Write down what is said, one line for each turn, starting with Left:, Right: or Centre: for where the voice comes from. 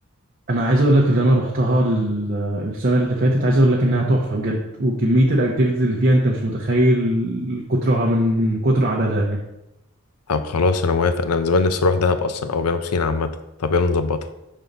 Right: انا عايز اقول لك اللي انا رحتها ال- السنه اللي فاتت عايز اقول لك انها تحفه بجد وكميه الاكتيفيتيز اللي فيها انت مش متخيل كترها من من كتر عددها يعني
Left: طب خلاص انا موافق انا من زمان نفسي اروح دهب اصلا او جنوب سيناء عامه طب يلا نظبطها